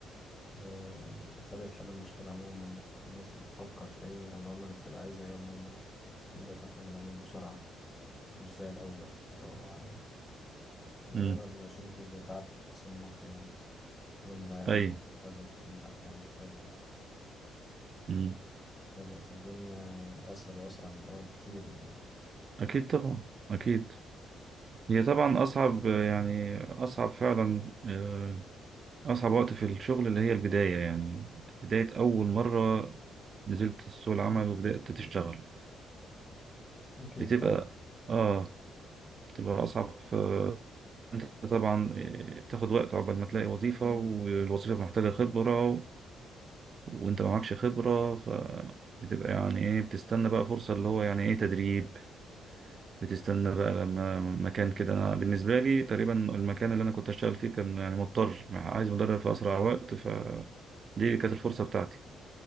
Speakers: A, on the left; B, on the right.
A: آه، طريقة حل المشكلة عموما الناس بتفكر في إيه أو العملاء بتبقى عايزة إيه عموما بقيت أفهم العميل بسرعة مش زي الأول اللي هو مجرد
B: مم.
A: ما أشوفه بتعرف أصنفه يعني فلان ده عايز
B: اي
A: يعمل كذا فلان ده عايز يعمل كذا
B: مم.
A: بدأت الدنيا أسهل وأسرع من الأول كتير يعني
B: اكيد طبعا اكيد هي طبعا اصعب يعني اصعب فعلا آه، اصعب وقت في الشغل اللي هي البداية يعني بداية اول مرة نزلت سوق العمل وبدأت تشتغل
A: أكيد
B: بتبقى
A: طبعا
B: اه بتبقى اصعب آه، انت طبعا آه، بتاخد وقت عقبال ما تلاقي وظيفة والوظيفة محتاجة خبرة وانت ما معكش خبرة فبتبقى يعني ايه بتستنى بقى فرصة اللي هو يعني ايه تدريب بتستنى بقى لما مكان كده انا بالنسبة لي تقريبا المكان اللي انا كنت اشتغل فيه كان يعني مضطر عايز مدرب في اسرع وقت فدي كانت الفرصة بتاعتي